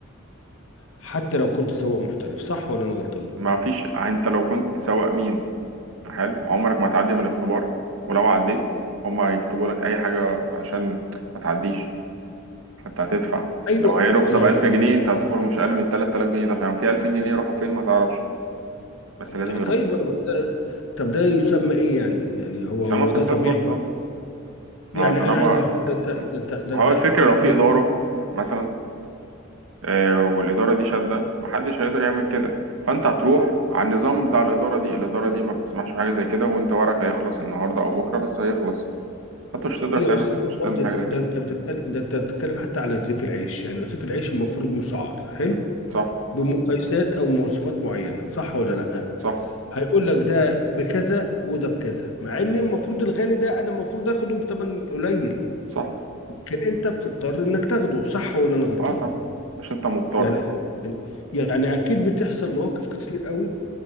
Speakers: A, on the left; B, on the right.
A: حتى لو كنت سواق محترف صح ولا انا غلطان
B: ما فيش انت لو كنت سواق مين حلو عمرك ما هتعدي من الاختبار ولو عديت هما هيكتبوا لك اي حاجه عشان ما تعديش انت هتدفع
A: ايوه
B: لو هي رخصه
A: يعني
B: ب 1000 جنيه
A: يعني
B: انت هتخرج مش اقل من 3000 جنيه ده فاهم في 2000 جنيه يروحوا فين ما تعرفش بس لازم
A: ط- طيب
B: يروحوا
A: ما ده- طب ده يسمى ايه يعني يعني هو
B: عشان
A: هو
B: ما فساد
A: ده طبيعي
B: برضه
A: يعني
B: ما هو طالما
A: انا عايز أعرف، ده انت ده انت ده
B: هو
A: انت
B: الفكره لو
A: لو
B: في اداره مثلا آه، والإدارة دي شادة محدش هيقدر يعمل كده فأنت هتروح على النظام بتاع الإدارة دي الإدارة دي ما بتسمحش بحاجة زي كده وأنت ورقك هيخلص النهاردة أو بكرة بس هيخلص فأنت مش هتقدر
A: يا
B: تعمل
A: استاذ
B: حاجة، مش
A: الفاضل
B: هتعمل حاجة زي كده
A: ده انت بتتكلم ده انت بتتكلم حتى على رغيف العيش يعني رغيف العيش المفروض مسعر حلو
B: صح
A: بمقايسات او مواصفات معينه صح ولا لا
B: صح
A: هيقول لك ده بكذا وده بكذا مع ان المفروض الغالي ده انا المفروض اخده بثمن قليل
B: صح
A: لكن انت بتضطر انك تاخده صح ولا انا غلطان
B: أه طبعا عشان أنت مضطر
A: يعني يعني اكيد بتحصل مواقف كتير قوي